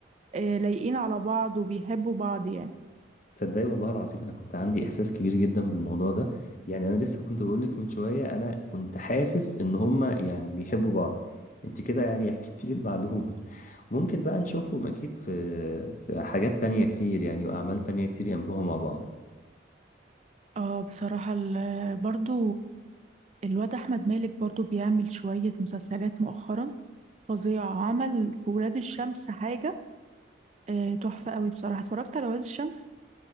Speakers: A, on the right (about 35°); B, on the left (about 40°).
A: آه، لايقين على بعض وبيحبوا بعض يعني
B: تصدقي والله العظيم انا كنت عندي احساس كبير جدا بالموضوع ده يعني انا لسه كنت بقول لك من شويه انا كنت حاسس ان هما يعني بيحبوا بعض انت كده يعني اكدتي لي المعلومه ممكن بقى نشوفهم اكيد في في حاجات تانية كتير يعني واعمال تانية كتير يعملوها مع بعض
A: اه بصراحة ال- برضو الواد أحمد مالك برضو بيعمل شوية مسلسلات مؤخرا فظيعة عمل في ولاد الشمس حاجة آه، تحفة قوي بصراحة اتفرجت على ولاد الشمس